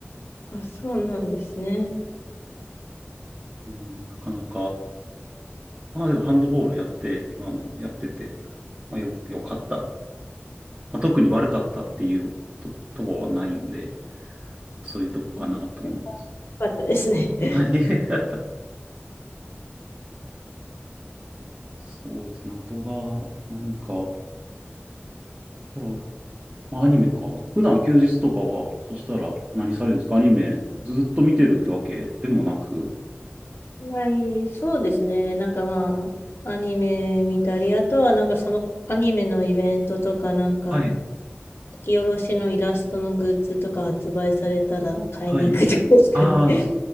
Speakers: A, on the left; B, on the right.
A: あ、そうなんですね。
B: うん、なかなか、まあでもハンドボールやって、あの、やってて、まあよ、よかったまあ、特に悪かったっていうと、ところはないんで、そういうとこかなと思います。
A: あやっぱよかったですね。<laughs>
B: はい。<laughs> そうですね。あとが、何か、コラボ。まあ、アニメか。普段休日とかは、そしたら何されるんですかアニメずっと見てるってわけでもなく。
A: はい、そうですね。なんかまあ、アニメ見たり、あとはなんかそのアニメのイベントとか、なんか、
B: はい。
A: 書き下ろしのイラストのグッズとか発売されたら買いに行くとかですかね。
B: はい。ああ、そ